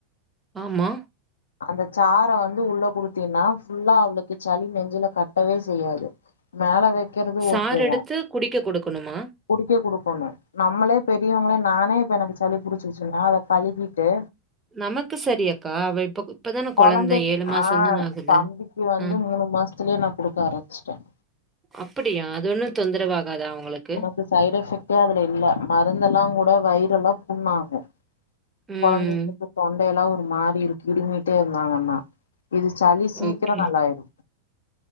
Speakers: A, on the right (about 15°); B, on the left (about 65°).
A: ஆமா.
B: அந்த சாற வந்து உள்ள குடுத்தீன்னா ஃபுல்லா வந்துட்டு சளி நெஞ்சுல கட்டவே செய்யாது மேல வெக்கறது
A: சாறு
B: ஓகேதான்
A: எடுத்து குடிக்க குடுக்கணுமா?
B: குடிக்க குடுக்கோணும் நம்மளே பெரியவங்களே நானே இப்ப எனக்கு சளி புடிச்சிச்சுன்னா அத கழுவிட்டு
A: நமக்கு சரியக்கா அவ இப்ப இப்பதான
B: கொழந்தைக்கு
A: கொழந்த மாசம்
B: ஆ
A: தான ஆகுது.
B: தம்பிக்கு வந்து
A: அ
B: மூணு மாசத்துலயே நா குடுக்க ஆரம்பிச்சுட்டேன்
A: அப்படியா அது ஒன்னு தொந்தரவு ஆகாதா அவுங்களுக்கு
B: இது சைட் எஃபெக்ட்டே அதுல இல்ல மருந்தெல்லா கூட வயிரெல்லா புண்ணாகு
A: ம்
B: கொழந்தைங்களுக்கு தொண்டையெல்லா ஒரு மாரி இருக்கு இருமிட்டே இருந்தாங்கண்ணா இது சளி சீக்கிரோ
A: ஓகே.
B: நல்லாயிரு